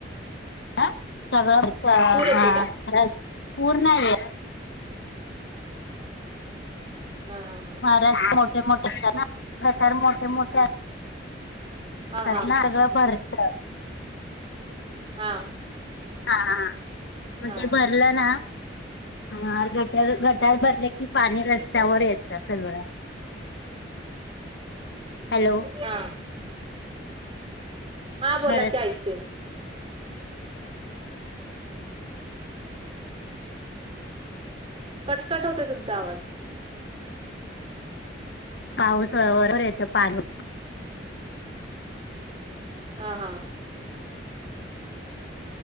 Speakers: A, on the left; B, on the right.
A: हा सगळं <unintelligible>
B: पूर येतोय काय?
A: पूर्ण ये
B: हा हा हा
A: महाराष्ट्र मोठे, मोठे स्थान प्रकार मोठे मोठे
B: हा
A: <unintelligible>
B: हा
A: ना सगळ भरत
B: हा
A: हा हा मग
B: हा
A: ते भरलं ना, हार गट गटार भरले की पाणी रस्त्यावर येतं सगळं हॅलो!
B: हा हां बोला
A: खरंच
B: की ऐकतेय कट कट होतय तुमचा आवाज
A: पाऊस वर वर येतो पाणी
B: हा हा